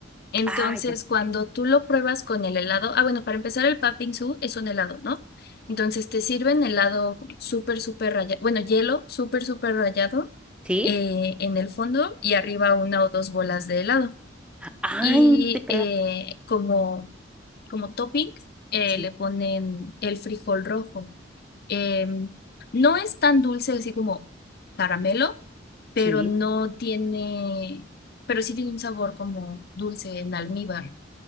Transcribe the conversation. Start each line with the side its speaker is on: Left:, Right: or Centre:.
Left: Entonces,
Centre: Ah, ya.
Left: cuando tú lo pruebas con el helado, ah, bueno, para empezar, el Patbingsú es un helado, ¿no? Entonces, te sirven helado súper, súper rayado, bueno, hielo súper, súper rayado
Centre: ¿Sí?
Left: eh, en el fondo y arriba una o dos bolas de helado.
Centre: Ay,
Left: Y
Centre: no te creo.
Left: eh, como, como topping, eh,
Centre: Sí,
Left: le ponen el frijol rojo. Em, no es tan dulce así como caramelo, pero
Centre: sí.
Left: no tiene, pero sí tiene un sabor como dulce en almíbar.